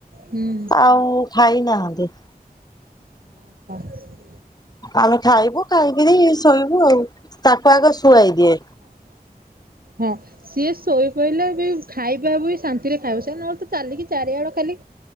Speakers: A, on the right (about 70°); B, on the left (about 25°).
A: ହୁଁ
B: ଆଉ ଖାଇ ନାହାନ୍ତି।
A: <inaudible>
B: ଆମେ ଖାଇବୁ ଖାଇକିରି ଶୋଇବୁ ଆଉ ତାକୁ ଆଗ ଶୁଆଇ ଦିଏ।
A: ହୁଁ। ସିଏ ଶୋଇ ପଇଲେ ବି ଖାଇବା ବି ଶାନ୍ତିରେ ଖାଇବ ସେ ନହେଲେ ତ ଚାଲିକି ଚାରିଆଡେ ଖାଲି